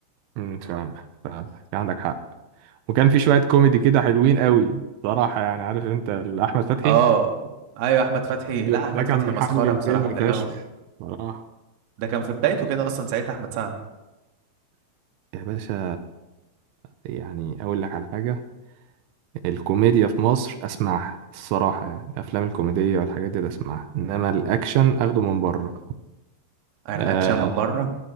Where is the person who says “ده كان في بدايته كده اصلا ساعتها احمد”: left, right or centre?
Right